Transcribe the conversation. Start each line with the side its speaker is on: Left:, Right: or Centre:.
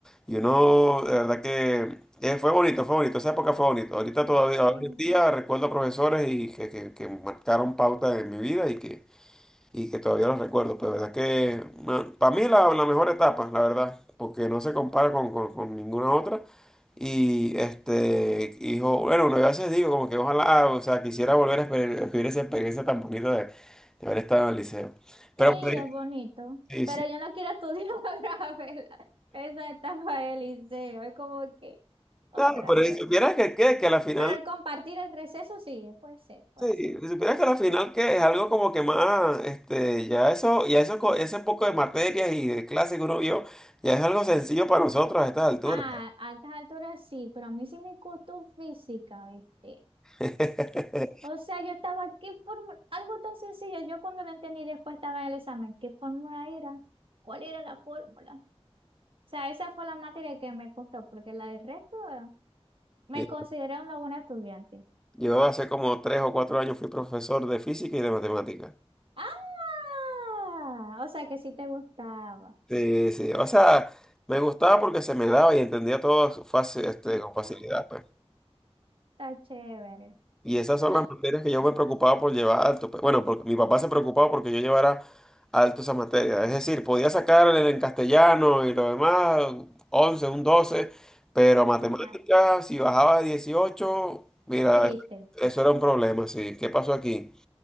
Centre: Y uno, de verdad que eh, fue bonito, fue bonito. Esa época fue bonito. Ahorita todavía,
Right: sí,
Centre: hoy en día recuerdo profesores y que, que, que marcaron pauta en mi vida y que y que todavía los recuerdo. Pues verdad que bueno, para mí la, la mejor etapa, la verdad, porque no se compara con, con- con ninguna otra. Y este, hijo, bueno, uno a veces digo como que ojalá, o sea, quisiera volver a exper- a vivir esa experiencia tan bonita de, de haber estado en el liceo. Pero
Right: sí,
Centre: por ahí,
Right: es bonito,
Centre: sí,
Right: pero
Centre: sí.
Right: yo no quiero estudiar <laughs> otra vez la- esa etapa del liceo, es como que otra
Centre: No, pero
Right: vez.
Centre: si supieras que, que, que a la final,
Right: Pero el compartir el receso sí, puede ser, puede
Centre: sí,
Right: ser.
Centre: si supieras que a la final que es algo como que más, este, ya eso, ya eso, co- ese poco de materias y de clases que uno vio, ya es algo sencillo para nosotros a estas alturas.
Right: Ah, a altas alturas sí, pero a mí sí me costó física, ¿viste?
Centre: <laughs>
Right: O sea, yo estaba, ¿qué fórmula? Algo tan sencillo, yo cuando lo entendí después estaba en el examen, ¿qué fórmula era? ¿Cuál era la fórmula? O sea, esa fue la materia que me costó, porque la del resto eh, me
Centre: Sí.
Right: consideré una buena estudiante.
Centre: Yo hace como tres o cuatro años fui profesor de física y de matemáticas.
Right: ¡Ah! O sea, que sí te gustaba.
Centre: Sí, sí. O sea, me gustaba porque se me daba y entendía todo fácil, este, con facilidad,
Right: Ah,
Centre: pues.
Right: Está chévere.
Centre: Y esas son
Right: No,
Centre: las materias que yo me preocupaba por llevar alto. pues. Bueno, porque mi papá se preocupaba porque yo llevara alto esa materia. Es decir, podía sacar en en castellano y lo demás, 11 un doce pero matemáticas,
Right: ajá,
Centre: si bajaba de 18, mira,
Right: triste.
Centre: eso era un problema, sí. ¿Qué pasó aquí?